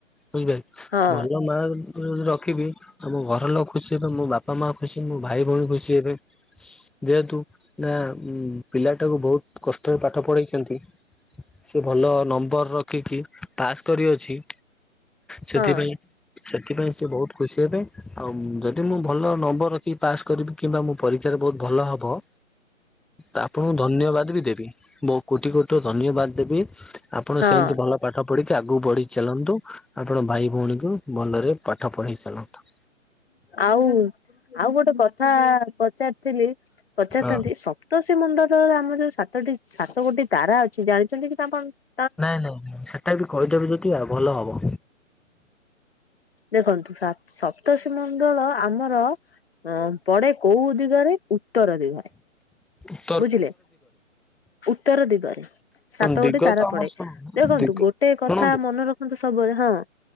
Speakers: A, in the centre; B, on the left.
A: ବୁଝିପାଇଲ।
B: ହଁ
A: ଭଲ ମାର୍କ ଯଦି ରଖିବି ଆଉ ମୋ ଘର ଲୋକ ଖୁସି ହେବେ ମୋ ବା ବାପା ମା ଖୁସି ମୋ ଭାଇ ଭଉଣୀ ଖୁସି ହେବେ ଯେହେତୁ ନା। ଉ ପିଲାଟାକୁ ବୋହୁତ କଷ୍ଟରେ ପାଠ ପଢେଇଚନ୍ତି ସେ ଭଲ ନମ୍ବର ରଖିକି ପାସ୍ କରିଅଛି। ସେଥିପାଇଁ
B: ହଁ
A: ସେଥିପାଇଁ ସେ ବୋହୁତ ଖୁସି ହେବେ। ଆଉ ଯଦି ମୁଁ ଭଲ ନମ୍ବର ରଖି ପାସ୍ କରିବି କିମ୍ବା ମୋ ପରୀକ୍ଷାରେ ବହୁତ ଭଲ ହବ। ଆପଣଙ୍କୁ ଧନ୍ୟବାଦ ବି ଦେବି ବହୁ କୋଠି କୋଟିର ଧନ୍ୟବାଦ ଦେବି। ଆପଣ
B: ହଁ
A: ସେମିତି ଭଲ ପାଠ ପାଠ ପଢିକି ଆଗକୁ ବଢି ଚାଲନ୍ତୁ ଆପଣ ଭାଇ ଭଉଣୀକୁ ଭଲରେ ପାଠ ପଢେଇ ଚାଲନ୍ତୁ।
B: ଆଉ ଆଉ ଗୋଟେ କଥା ପଚାରିଥିଲି ପଚାରିଥାନ୍ତି
A: ହଁ
B: ସ ପ୍ତସୀ ମଣ୍ଡଳର ଆମର ଯୋଉ ସାତଟି ସାତ ଗୋଟି ତାରା ଅଛି ଜାଣିଛନ୍ତି କି ତା କଣ
A: ନାଇଁ ନାଇଁ ନାଇଁ ସେଟା ବି କହିଦେବୁ ଯଦି ଆଉ ଭଲ ହବ।
B: ଦେଖନ୍ତୁ ସା ସପ୍ତଷୀ ମଣ୍ଡଳ ଆମର ହ ପଡେ କୋଉ ଦିଗରେ ଉତ୍ତର ଦିଗରେ।
A: ହ।
B: ବୁଝିଲେ ଉତ୍ତର ଦିଗରେ। ସାତ
A: ଦିଗ
B: ଗୋଟି ତାରା
A: ତ ଆମର
B: ପଡେ।
A: ଶୁଣ
B: ଦେଖନ୍ତୁ
A: ଦିଗ
B: ଗୋଟେ କଥା
A: ଶୁଣନ୍ତୁ।
B: ମନେ ରଖନ୍ତୁ ସବୁବେଳେ ହଁ।